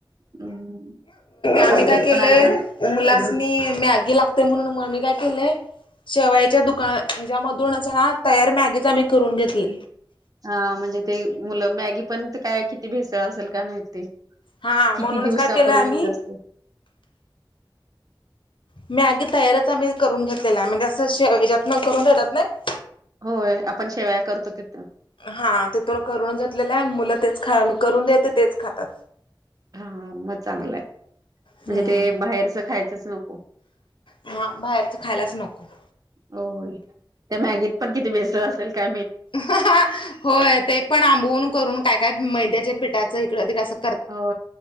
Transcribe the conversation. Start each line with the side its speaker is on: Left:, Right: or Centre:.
Right: हम्म
Left: आम्ही
Right: आमच्यात
Left: काय केलंय.
Right: पण आल्यानंतर
Left: मुलासनी मॅगी लागतेय म्हणून मग मी काय केलंय. शेवयच्या दुकान हच्यामधूनच ना तयार मागेच आम्ही करून घेतले.
Right: हा म्हणजे ते मुलं मॅगी पण काय किती भेसळ असेल काय माळते.
Left: हा
Right: किती
Left: म्हणूनच
Right: दिवसापूर्वीच
Left: काय केलं आम्ही
Right: असत.
Left: मी आगी तयारच आम्ही करून घेतलेला आहे म्हणजे असंच्यातन करून देतात नाही.
Right: होय आपण शेवाया करतो तिथं
Left: हा तेथुला करून घेतलेलं आहे मुलं तेच खा करून देते तेच खातात.
Right: हा मग चांगलंय
Left: हम्म
Right: म्हणजे ते बाहेरच खायचंच नको.
Left: हा बाहेरच खायलाच नको.
Right: होय त्या मॅगीत पण किती बेसळ असेल काय मी.
Left: हा होय ते पण आंबवून करून काय काय मैद्याच्या पिठाचं इकडं कसं.
Right: हो